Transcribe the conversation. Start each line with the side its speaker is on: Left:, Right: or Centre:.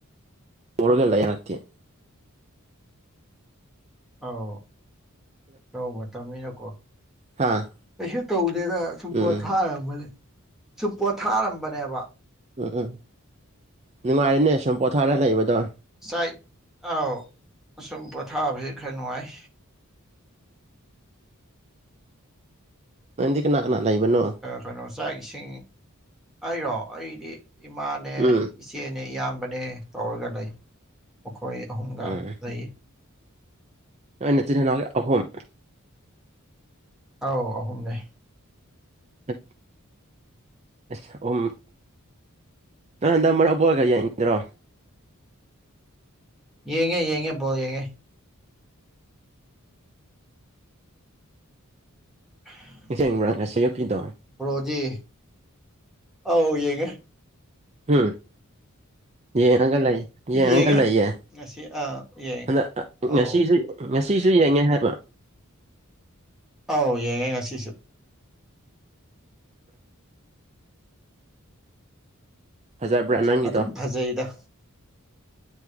Right: ꯎꯔꯒ ꯂꯩꯔꯥꯛꯇꯦ
Centre: ꯑꯧ ꯂꯧ ꯃꯇꯝꯅꯤꯅꯀꯣ
Right: ꯍꯥ
Centre: ꯀꯩꯁꯨ ꯇꯧꯗꯦꯗ ꯁꯨꯝ
Right: ꯎꯝ
Centre: ꯄꯣꯠꯊꯥꯔꯝꯕꯅꯦ ꯁꯨꯝ ꯄꯣꯠꯊꯥꯔꯝꯕꯅꯦꯕ
Right: ꯎꯝ ꯎꯝ ꯅꯨꯡꯉꯥꯏꯔꯦꯅꯦ ꯁꯨꯝ ꯄꯣꯊꯥꯔ ꯂꯩꯕꯗꯣ
Centre: ꯆꯥꯏ ꯑꯥꯎ ꯑꯁꯨꯝ ꯄꯣꯊꯥꯕꯖꯤ ꯈꯔ ꯅꯨꯡꯉꯥꯏ
Right: ꯅꯪꯗꯤ ꯀꯅꯥ ꯀꯅꯥ ꯂꯩꯕꯅꯣ
Centre: <unintelligible> ꯅꯣ ꯆꯥꯛ ꯏꯁꯤꯡ ꯑꯩꯔꯣ ꯑꯩꯗꯤ ꯏꯃꯥꯅꯦ
Right: ꯎꯝ
Centre: ꯏꯆꯦꯅꯦ ꯏꯌꯥꯝꯕꯅꯦ ꯇꯧꯔꯒ ꯂꯩ ꯃꯈꯣꯏ ꯑꯍꯨꯝꯒꯥ
Right: ꯎꯝ
Centre: ꯂꯩ
Right: ꯅꯣꯏ ꯅꯆꯤꯟ ꯅꯅꯥꯎ ꯑꯍꯨꯝ
Centre: ꯑꯧ ꯑꯍꯨꯝꯅꯦ
Right: <unintelligible> ꯑꯁ ꯑꯍꯨꯝ ꯅꯪ ꯍꯟꯗꯛ ꯃꯔꯛ ꯕꯣꯜꯒ ꯌꯦꯡꯗ꯭ꯔꯣ
Centre: ꯌꯦꯡꯉꯦ ꯌꯦꯡꯉꯦ ꯕꯣꯜ ꯌꯦꯡꯉꯦ <inaudible>
Right: ꯃꯦꯁ ꯌꯦꯡꯕ꯭ꯔꯥ ꯉꯁꯤ ꯌꯨꯛꯀꯤꯗꯣ
Centre: ꯕ꯭ꯔꯣꯗꯤ ꯑꯧ ꯌꯦꯡꯉꯦ
Right: ꯍꯨꯝ ꯌꯦꯡꯉꯒ ꯂꯩ
Centre: ꯌꯦꯡꯉꯦ
Right: ꯌꯦꯡꯉꯒ ꯂꯩꯌꯦ
Centre: ꯉꯁꯤ ꯑꯥ ꯌꯦꯡ
Right: ꯍꯟꯗꯛ
Centre: ꯑꯧ
Right: ꯉꯁꯤꯁꯨ ꯉꯁꯤꯁꯨ ꯌꯦꯡꯉꯦ ꯍꯥꯏꯕ
Centre: ꯑꯧ ꯌꯦꯡꯉꯦ ꯉꯁꯤꯁꯨ
Right: ꯐꯖꯕ꯭ꯔꯥ ꯅꯪꯒꯤꯗꯣ
Centre: ꯑꯗꯨꯝ ꯐꯖꯩꯗ